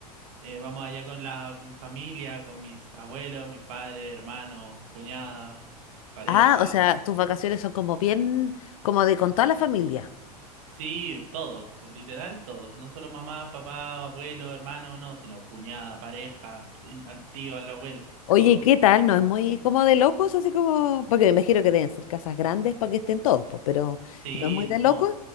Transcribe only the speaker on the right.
eh, vamos allá con la, con familia, con mis abuelos, mis padres, hermanos, cuñada, pareja.
Sí, todos, literal, todos, no solo mamá, papá, abuelo, hermano, no, sino cuñada, pareja, sí, al tío, al abuelo,
todo.
Entonces,
sí.
Sí,
no.